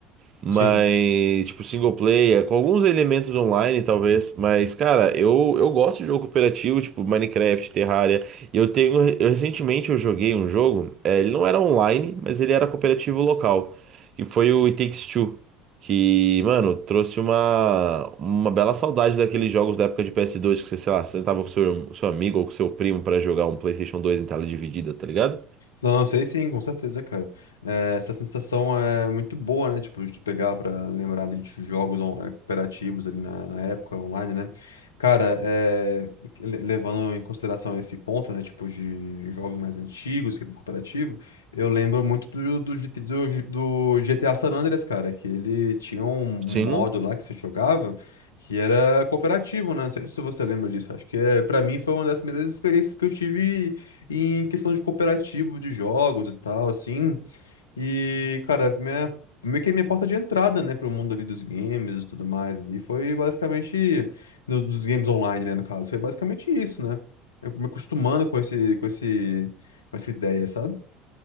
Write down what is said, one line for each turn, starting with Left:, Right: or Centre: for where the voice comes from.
Right: Mas,
Left: Sim.
Right: tipo, single player, com alguns elementos online, talvez. Mas, cara, eu, eu gosto de jogo cooperativo, tipo Minecraft, Terraria. E eu tenho. Eu, recentemente eu joguei um jogo. eh, ele não era online, mas ele era cooperativo local. Que foi o It Takes Two. Que, mano, trouxe uma, uma bela saudade daqueles jogos da época de PS2, que você, sei lá, sentava com seu, seu amigo ou com seu primo pra jogar um PlayStation 2 em tela dividida, tá ligado?
Left: Não, sei sim, com certeza, cara. É, essa sensação é muito boa, né? Tipo, de tu pegar pra lembrar ali de jogos on- eh, cooperativos ali na, na época online, né? Cara, é, le- levando em consideração esse ponto, né? Tipo, de jogos mais antigos, que é cooperativo, eu lembro muito do, do, GT do G- do GTA San Andreas, cara, que ele tinha um, um
Right: Sim.
Left: modo lá que você jogava que era cooperativo, né? Não sei se você lembra disso. Acho que é, pra mim foi uma das primeiras experiências que eu tive em questão de cooperativo de jogos e tal, assim. E, cara, minha, meio que minha porta de entrada, né, pro mundo ali dos games e tudo mais ali, foi basicamente, no- dos games online, né, no caso, foi basicamente isso, né? Eu me acostumando com esse, com esse, com essa ideia, sabe?